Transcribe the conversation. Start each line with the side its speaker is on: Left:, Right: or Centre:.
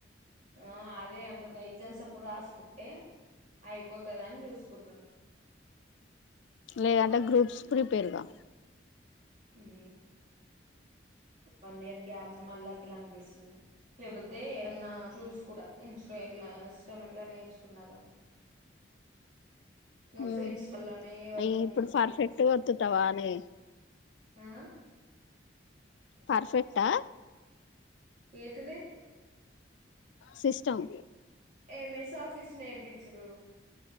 Right: ఆ అదే అంటున్నా ఎగ్జామ్స్ అప్ అప్పుడు రాసుకుంటే అయిపోతుదని చూసుకుంటున్నా.
Left: లేదంటే గ్రూప్స్ ప్రిపేర్గా.
Right: ఉమ్ వన్ ఇయర్ గ్యాప్ మళ్ళీ అట్లా అనిపిస్తుంది. లేబోతే ఏన్నా చూస్ కుంట ఇన్స్టీ ఎట్లా సిస్టం ఏట్ల నేర్చుకున్నాగా ఇగ
Left: మ్మ్
Right: ఫ్రెండ్స్ ఫుల్ ని ఎవరినన్నా.
Left: అయి ఇప్పుడు పర్ఫెక్ట్ ఒత్తుతావా అని
Right: ఆ
Left: పర్ఫెక్టా
Right: ఏంటిది
Left: సిస్టం
Right: ఎం ఎస్ ఆఫీస్ నేర్పించిర్రు.